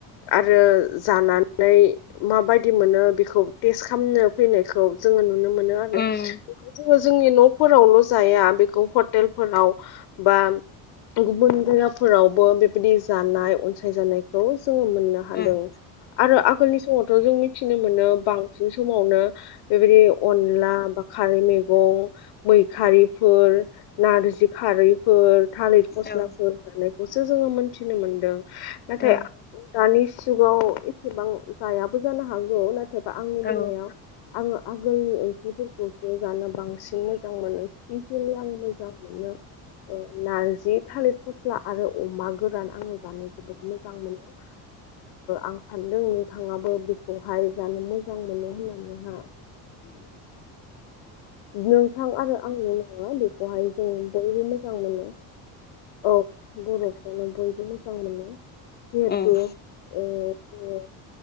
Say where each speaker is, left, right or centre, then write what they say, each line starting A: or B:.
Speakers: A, on the left; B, on the left.
A: आरो जानानै माबायदि मोनो बेखौ थेस्द खामनो फैनाय खौ जोङो नुनो मोनो आरो
B: उम
A: बेखौ खो जोंनि न'फोरावल' जाया बेखौ हटेलफोराव बा गुबुन जायगाफोरावबो बेबायदि जानाय अनसाय जानाय जोङो मोननो हादों।
B: उम
A: आरो आगोलनि समावथ' जों मिथिनो मोनो बांसिन समावनो बेबायदि अनला बा खारै मैगं मैखारि फोर नारजि खारैफोर थालिर फस्लाफोर
B: औ
A: जानायखौसो जोङो मोनथिनो मोनदों नाथाय
B: औ
A: दानि जुगाव एसेबां जायाबो जानो हागौ नाथाय नथायबा आंनि बेलायाव
B: औ
A: आङो आगोलनि ओंख्रिफोरखौसो जानो बांसिन मोजां मोनो। स्पेसियेलि आं मोजां मोनो ओ नारजि थालिर फस्ला आरो अमा गोरान आङो जानो जोबोद मोजां। मोनो ओ आं सानदों नोंथाङाबो बेखौहाय जानो मोजां मोनो। होननानैहा नोंथां आरो आंल' नङा बेखौहाय जों बयबो मोजां मोनो। औ बर'फ्रानो बयबो मोजां मोनो। जिहेथु
B: उम
A: ओ ओ